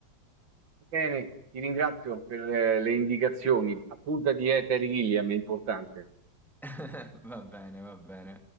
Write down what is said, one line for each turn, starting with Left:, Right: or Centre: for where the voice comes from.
Right: Bene, ti ringrazio per eh, le indicazioni. Appuntati, eh, Terry Gilliam, è importante.
Centre: <laughs> Va bene, va bene.